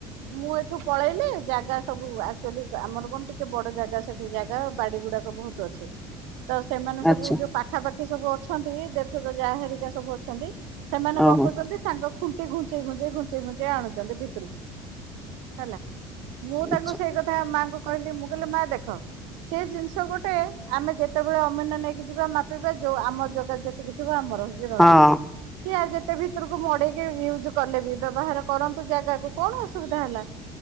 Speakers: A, on the right; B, in the centre.
A: ମୁଁ ଏଠୁ ପଳେଇଲେ ଜାଗା ସବୁ ଆକ୍ଚୁଆଲି ଗା ଆମର କଣ ଟିକେ ବଡ ଜାଗା ସେଠି ଜାଗା ବାଡିଗୁଡା କ ବହୁତ ଅଛି।
B: <inaudible>
A: ତ ସେମାନେ ସବୁ
B: ଆଚ୍ଛା
A: ଯୋଉ ପାଖାପାଖି ସବୁ ଅଛନ୍ତି ଦେଢଶୁର ଯା ହେରିକା ସବୁ ଅଛନ୍ତି ସେମାନଙ୍କ
B: ଓହୋ
A: ଯେ ତାଙ୍କ ଖୁଣ୍ଟି ଘୁଞ୍ଚେଇ ଘୁଞ୍ଚେଇ ଘୁଞ୍ଚେଇ ଘୁଞ୍ଚେଇ ଆଣୁଛନ୍ତି ଭିତରକୁ ହେଲା। ମୁଁ ତାଙ୍କୁ
B: ଆଛା
A: ସେଇ କଥା ମାଆଙ୍କୁ କହିଲି ମୁଁ କହିଲି ମା ଦେଖ ସେ ଜିନିଷ ଗୋଟେ ଆମେ ଯେତେବେଳେ ଅମିନ ନେଇକି ଯିବା ମାପିବା ଯୋଉ ଆମ ଜଗା ଯେତିକି ଥିବ ଆମର ହିଁ ରହିବ
B: ହଁ
A: ସିଏ ଆ ଯେତେ ବି ଭିତରକୁ ମଡେଇକି ୟୁଜ କଲେ ବି ବ୍ୟବହାର କରନ୍ତୁ ଜାଗାକୁ କଣ ଅସୁବିଧା ହେଲା।